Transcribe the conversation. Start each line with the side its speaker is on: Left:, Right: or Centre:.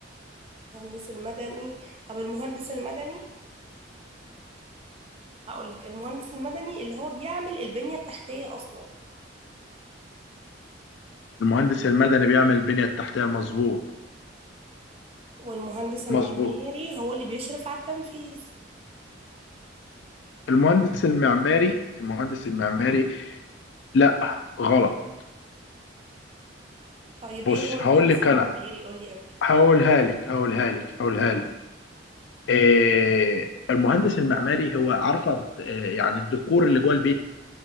Right: المهندس المدني طب المهندس المدني هقول لك المهندس المدني اللي هو بيعمل البنية التحتية اصلا
Left: المهندس المدني بيعمل البنية التحتية مظبوط
Right: والمهندس المعماري
Left: مظبوط
Right: هو اللي بيشرف على التنفيذ
Left: المهندس المعماري المهندس المعماري لا غلط
Right: طيب
Left: بص
Right: ايه هو المهندس
Left: هقول لك
Right: المعماري
Left: انا
Right: قول لي انت
Left: هقولها لك هقولها لك هقولها لك إيه المهندس المعماري هو عارفه إيه يعني الديكور اللي جوه البيت